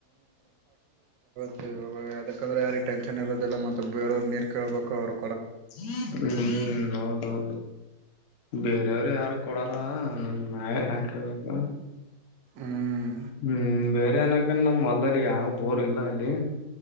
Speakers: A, on the right; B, on the left.
A: ಗ ಅದಕಂದ್ರ ಯಾರಿ ಟನ್ ಇರತ್ತೆ ಇದೆಲ್ಲ ಮತ್ತೆ ಬೇರವರು ನೀರ್ ಕೇೇಳಬೇಕು ಅವ್ರರು
B: ಹ್ಮ್ ಹೌದು ಹೌದು ಬೇರೆಯವರು ಯಾರು ಕೊಡಲ್ಲ ನಮ್ ನೆ ಯಾಕೆಬೇಕದು
A: ಹ್ಮ್
B: ಹ್ಮ್ ಬೇರೆ ಏನ ನಮ್ ಹೊಲ್ದಲ್ಲಿ ಯಾವ್ ಬೋರ್ ಇಲ್ಲ ಅಲ್ಲಿ